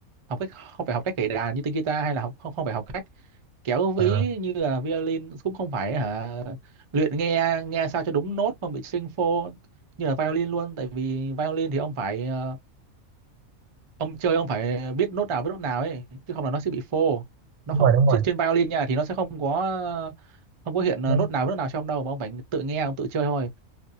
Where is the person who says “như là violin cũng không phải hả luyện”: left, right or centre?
Right